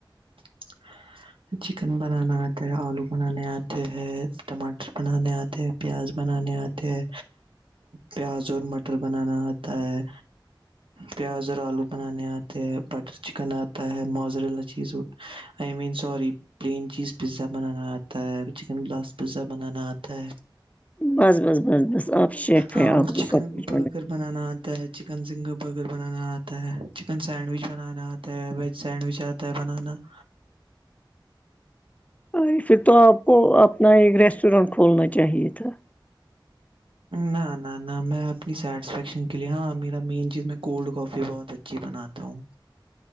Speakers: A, on the right (about 80°); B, on the left (about 15°).
A: <inaudible> چکن بنانا آتا ہے آلو بنانے آتے ہیں ٹماٹر بنانے آتے ہیں پیاز بنانے آتے ہے پیاز اور مٹر بنانا آتا ہے پیاز اور آلو بنانے آتے ہے بٹر چکن آتا ہے موزرولا چیز ہو I mean sorry plain cheese pizza بنانا آتا ہے چکن گلاس پزا بنانا آتا ہے
B: بس بس بس بس آپ شیف
A: ہاں
B: ہیں آپ
A: اور
B: کو
A: چکن
B: سب کچھ
A: برگر بنانا آتا ہے چکن سنگل برگر بنانا آتا ہے چکن سینڈوچ بنانا آتا ہے ویج سینڈوچ آتا ہے بنانا <inaudible>
B: اری پھر تو آپ کو اپنا ایک ریسٹورینٹ کھولنا چاہیے تھا
A: نہ نہ نہ میں اپنی سیٹسفیکشن کے لیے ہاں میرا مین چیز میں کولڈ کافی بہت اچ چے بناتا ہوں